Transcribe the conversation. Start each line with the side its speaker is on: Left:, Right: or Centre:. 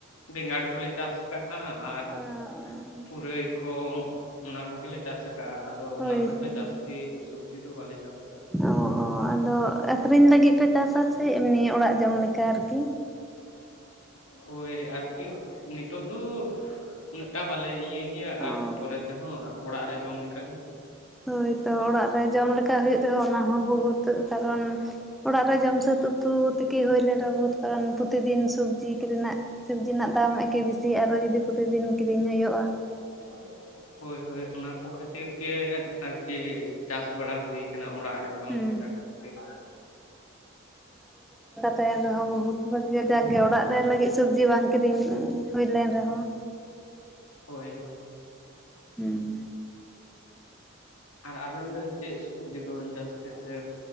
Left: ᱵᱮᱸᱜᱟᱲ ᱠᱚᱞᱮ ᱪᱟᱥ ᱠᱟᱜᱼᱟ, ᱟᱨ
Centre: ᱚ
Left: ᱯᱩᱨᱟᱹᱭ ᱠᱚ ᱚᱱᱟ ᱠᱚᱜᱮᱞᱮ ᱪᱟᱥ ᱠᱟᱜᱼᱟ᱾ ᱟᱫᱚ
Centre: ᱦᱳᱭᱛᱚ
Left: ᱚᱱᱟ ᱠᱷᱚᱡ ᱫᱚ ᱡᱟᱹᱥᱛᱤ ᱥᱚᱵᱡᱤ ᱫᱚ ᱵᱟᱞᱮ ᱪᱟᱥ ᱠᱟᱜᱼᱟ᱾
Centre: ᱚ ᱚ ᱟᱫᱚ ᱟᱹᱠᱷᱨᱤᱧ ᱞᱟᱹᱜᱤᱫ ᱯᱮ ᱪᱟᱥᱟ ᱥᱮ ᱮᱢᱱᱤ ᱚᱲᱟᱜ ᱡᱚᱢ ᱞᱮᱠᱟ ᱟᱨᱠᱤ?
Left: ᱦᱳᱭ ᱟᱨᱠᱤ ᱱᱤᱛᱳᱜ ᱫᱚ ᱩᱱᱟᱹᱜᱴᱟ ᱵᱟᱞᱮ ᱤᱭᱟᱹᱭ ᱜᱮᱭᱟ ᱟᱨ
Centre: ᱚ
Left: ᱯᱚᱨᱮ ᱛᱮᱦᱚᱸ ᱚᱲᱟᱜ ᱡᱚᱢ ᱞᱮᱠᱟᱜᱮ᱾
Centre: ᱦᱳᱭᱛᱚ ᱚᱲᱟᱜ ᱨᱮ ᱡᱚᱢ ᱞᱮᱠᱟ ᱦᱩᱭᱩᱜ ᱨᱮᱦᱚᱸ ᱚᱱᱟ ᱦᱚᱸ ᱵᱚᱦᱩᱛ᱾ ᱱᱤᱛᱳᱜ ᱫᱚ ᱠᱟᱨᱚᱱ ᱚᱲᱟᱜ ᱨᱮ ᱡᱚᱢ ᱥᱟᱹᱛ ᱩᱛᱩ ᱛᱮᱠᱤ ᱦᱩᱭ ᱞᱮᱱ ‌ᱨᱮᱦᱚ ᱵᱚᱦᱩᱛ ᱠᱟᱨᱚᱱ ᱯᱨᱚᱛᱤᱫᱤᱱ ᱥᱩᱵᱡᱤ ᱠᱤᱨᱤᱧ ᱨᱮᱱᱟᱜ ᱥᱚᱵᱽᱡᱤ ᱨᱮᱱᱟᱜ ᱫᱟᱢ ᱮᱠᱮ ᱵᱤᱥᱤ ᱟᱨᱚ ᱡᱩᱫᱤ ᱯᱨᱚᱛᱤᱫᱤᱱ ᱠᱤᱨᱤᱧ ᱦᱩᱭᱩᱜᱼᱟ,
Left: <inaudible> ᱦᱳᱭ ᱦᱳᱭ ᱚᱱᱟ ᱠᱚ ᱠᱷᱟᱹᱛᱤᱨ ᱜᱮ ᱟᱨᱠᱤ ᱪᱟᱥ ᱵᱟᱲᱟ ᱦᱩᱭ ᱠᱟᱱᱟ ᱚᱲᱟᱜ ᱨᱮ ᱡᱚᱢ
Centre: ᱦᱩᱸ
Left: ᱞᱮᱠᱟ ᱠᱷᱟᱹᱛᱤᱨ᱾
Centre: ᱛᱟᱦᱮᱸᱱ ᱨᱮᱦᱚᱸ ᱵᱚᱦᱩᱛ ᱵᱷᱟᱹᱜᱮ ᱡᱟᱜᱮ ᱚᱲᱟᱜ ᱨᱮ ᱞᱟᱹᱜᱤᱫ ᱥᱚᱵᱽᱡᱤ ᱵᱟᱝ ᱠᱤᱨᱤᱧ ᱦᱩᱭ ᱞᱮᱱ ᱨᱮᱦᱚᱸ
Left: ᱦᱳᱭ ᱦᱳᱭ᱾
Centre: ᱦᱩᱸ
Left: ᱟᱨ ᱟᱵᱮᱱ ᱫᱚ ᱪᱮᱫ ᱥᱚᱵᱡᱤ ᱠᱚᱵᱮᱱ ᱪᱟᱥ ᱛᱮᱥᱮ?